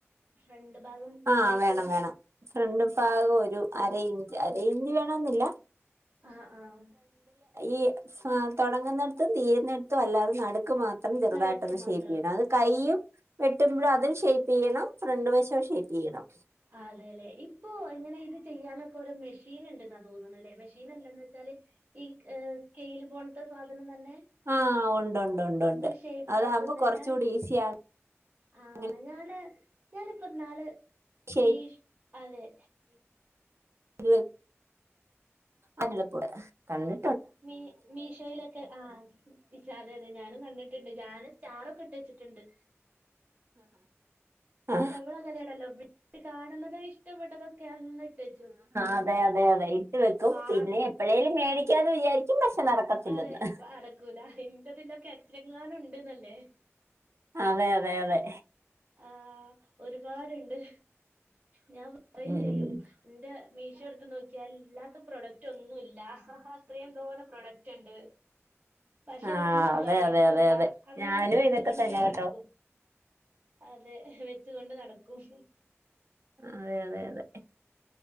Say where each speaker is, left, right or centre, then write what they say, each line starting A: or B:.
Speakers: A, on the right; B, on the right.
A: ഫ്രണ്ട് ഭാഗം
B: ആഹ്
A: കൈക്കുഴി
B: വേണം വേണം ഫ്രണ്ട് ഭാഗം
A: ആഹ്
B: ഒരു അര ഇഞ്ച് അര ഇഞ്ച് വേണെന്നില്ല
A: ആഹ് ആഹ്
B: ഈ തുടങ്ങുന്നിടത്തും തീരുന്നിടത്തും അല്ലാതെ നടുക്ക് മാത്രം അത്രം ചെറുതായിട്ടൊന്ന്
A: നടുക്ക് മാത്രം
B: ഷേപ്പ് ചെയ്യണം അത് കൈ്യും വെട്ടുമ്പോും അതും ഷേപ്പ് ചെയ്യണം ഫ്രണ്ട് വശം ഷേ്ണം വീണം
A: ആ അതെ അല്ലെ ഇപ്പൊ ഇങ്ങനെ ഇത് ചെയ്യാനൊക്കെ ഒരു മെഷീൻ ഉണ്ട്ന്നാ തോന്നണല്ലേ മെഷീൻ അല്ലാന്ന് വെച്ചാൽ ഈ സ്കെയില് പോണത്തെ സാധനം തന്നെ
B: ആ ഉണ്ട് ഉണ്ട് ഉണ്ട് ഉണ്ട്
A: ഒരു ഷേപ്പ്
B: അതാകുമ്പോ
A: ആക്കുന്ന
B: കുറച്ചുകൂടി
A: ഞാൻ
B: ഈസിയാണ്
A: ആഹ്
B: അങ്ങനെ
A: ഞാന് ഞാനിപ്പൊ നാള്
B: ഷേപ്പ്
A: മീഷ് അതെ
B: ഇരു അനിളപ്പുട കണ്
A: മീ മീഷോയിലൊക്കെ ആ അതെ അതെ ഞാനും കണ്ടിട്ടുണ്ട് ഞാന് സ്റ്റാറ ഒക്കെ ഇട്ട് വെച്ചിട്ട്
B: ആ
A: നമ്മളങ്ങനേണല്ലോ കാണുന്നത് ഇഷ്ടപ്പെട്ടതൊക്കെ എന്നിട്ട് ചോപ്പോ
B: അതെ അതെ അതെ ഇട്ട് വെക്കും
A: വാ
B: പിന്നെ എപ്പോഴേലും മേടിക്കാന്ന് വിചാരിക്കും പക്ഷെ നടക്കത്തില്ലെന്ന്
A: അതെ നടക്കൂല എന്തതിലൊക്കെ എത്ര ങ്ങാനും ഉണ്ട്ന്നല്ലേ
B: അതെ അതെ അതെ
A: ആഹ് ഒരുപാടുണ്ട് ഞാൻ പറുകയും
B: ഉം
A: ചെയ്യും എന്റെ നോക്കിയാ അല്ലാത്ത പ്രോഡക്റ്റ് ഒന്നുല്ല അത്രയും തോന്ന പ്രോഡക്റ്റ് ഉണ്ട് പക്ഷെ
B: ആഹ്
A: ഒന്നും
B: അതെ
A: മേടിക്കൂല്ല
B: അതെ അതെ അതെ
A: അങ്ങനെ
B: ഞാനും
A: വെച്ചുക
B: ഇതൊക്കെ
A: കൊണ്ടേ
B: തന്നെ കേട്ടോ
A: നടക്കും അതെ വെച്ചു കൊണ്ട് നടക്കും
B: അതെ അതെ അതെ